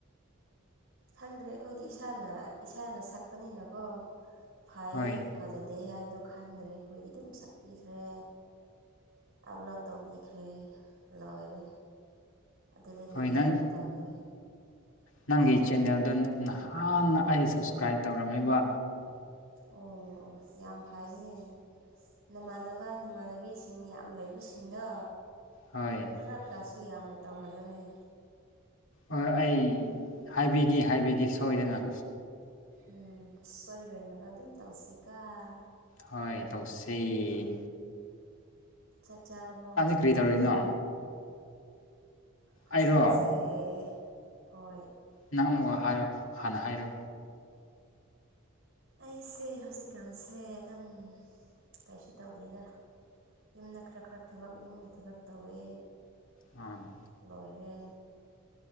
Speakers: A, on the right (about 75°); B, on the left (about 65°).
A: ꯈꯪꯗ꯭ꯔꯦ ꯑꯩꯈꯣꯏꯗꯤ ꯏꯁꯥꯅ ꯏꯁꯥꯅ ꯁꯛꯄꯅꯤꯅꯀꯣ ꯐꯥꯏꯌ‌ꯦ
B: ꯍꯣꯏ
A: ꯐꯖꯗꯦ ꯍꯥꯏꯕꯗꯣ ꯈꯟꯗ꯭ꯔꯦ ꯑꯩꯈꯣꯏꯗꯤ ꯑꯗꯨꯝ ꯁꯛꯄꯤꯈ꯭ꯔꯦ ꯑꯞꯂꯣꯗ ꯇꯧꯕꯤꯈ꯭ꯔꯦ ꯂꯣꯏꯔꯦ ꯑꯗꯨꯗꯒꯤ
B: ꯍꯣꯏ
A: ꯍꯦꯟꯗꯤ
B: ꯅꯪ
A: ꯇꯧꯗ꯭ꯔꯦ
B: ꯅꯪꯒꯤ ꯆꯦꯟꯅꯦꯜꯗꯨ ꯅꯍꯥꯟꯅ ꯑꯩ ꯁꯞꯁꯀ꯭ꯔꯥꯏꯞ ꯇꯧꯔꯝꯃ‌ꯦꯕ
A: ꯑꯣ ꯑꯣ ꯌꯥꯝ ꯐꯩꯅꯦ ꯅꯃꯥꯟꯅꯕ ꯅꯃꯥꯟꯅꯕꯤꯁꯤꯡ ꯌꯥꯝ ꯂꯩꯕꯁꯤꯡꯗꯣ
B: ꯍꯣꯏ
A: ꯈꯔ ꯈꯔꯁꯨ ꯌꯥꯝꯅ ꯇꯧꯍꯜꯂꯨꯅ‌ꯦ
B: ꯍ‌ꯣꯏ ꯑꯩ ꯍꯥꯏꯕꯤꯒꯦ ꯍꯥꯏꯕꯤꯒꯦ ꯁꯣꯏꯗꯅ
A: ꯎꯝ ꯁꯣꯏꯔꯣꯏꯅꯕ ꯑꯗꯨꯝ ꯇꯧꯁꯤꯀ‌ꯣ
B: ꯍꯣꯏ ꯇꯧꯁ‌ꯦ
A: ꯆꯥꯛ ꯆꯥꯔꯔꯕꯣ
B: ꯀꯔꯤ ꯇꯧꯔꯤꯅꯣ
A: ꯍꯧꯖꯤꯀꯥꯟꯁꯦ
B: ꯑꯩꯔꯣ
A: ꯑꯦ ꯍꯣꯏ
B: ꯅꯪ ꯑꯃꯨꯛꯒ ꯍꯥꯏꯔꯣ ꯍꯥꯟꯅ ꯍꯥꯏꯔꯣ
A: ꯑꯩꯁꯦ ꯍꯧꯖꯤꯛꯀꯥꯟꯁꯦ ꯑꯗꯨꯝ ꯀꯩꯁꯨ ꯇꯧꯗ꯭ꯔꯤꯗ ꯌꯨꯝꯗ ꯈꯔ ꯈꯔ ꯊꯕꯛ ꯌꯨꯝꯒꯤ ꯊꯕꯛ ꯇꯧꯋꯦ
B: ꯎꯝ
A: ꯂꯣꯏꯔꯦ